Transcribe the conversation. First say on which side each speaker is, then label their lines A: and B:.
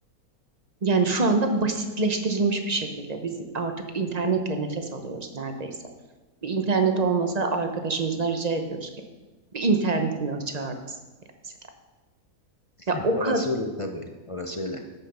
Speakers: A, on the right; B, on the left.
A: yani şu anda basitleştirilmiş bir şekilde biz artık internetle nefes alıyoruz neredeyse. Bir internet olmasa arkadaşımızdan rica ediyoruz ki bir internetini açar mısın diye mesela.
B: <laughs>
A: Ya o
B: Orası
A: kadar
B: öyle tabii, orası öyle.